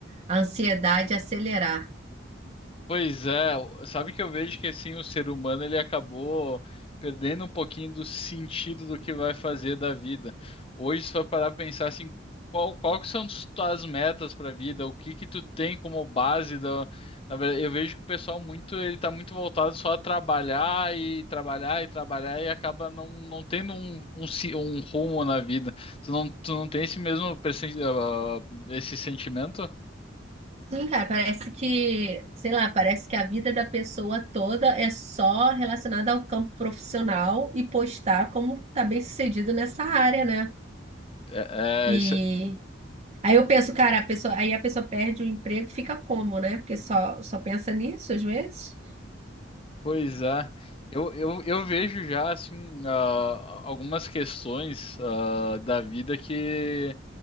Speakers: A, on the right (about 35°); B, on the left (about 30°).
A: a ansiedade a acelerar.
B: Pois é, sabe que eu vejo que assim o ser humano ele acabou perdendo um pouquinho do sentido do que vai fazer da vida. Hoje, se for parar pra pensar assim, qual, qual que são as tuas metas para a vida, o que que tu tem como base da, na verdade, eu vejo que o pessoal muito ele tá muito voltado só a trabalhar e trabalhar e trabalhar e acaba não, não tendo um, um, si- um rumo na vida. Tu não, tu não tem esse mesmo perce- ah, esse sentimento?
A: Sim, cara, parece que, sei lá, parece que a vida da pessoa toda é só relacionada ao campo profissional e postar como tá bem sucedido nessa área, né?
B: É,
A: e
B: é, isso-
A: Aí eu penso, cara, a pessoa, aí a pessoa perde o emprego, fica como, né? Porque só, só pensa nisso às vezes.
B: Pois é, eu, eu, eu vejo já assim ah, algumas questões ah, da vida que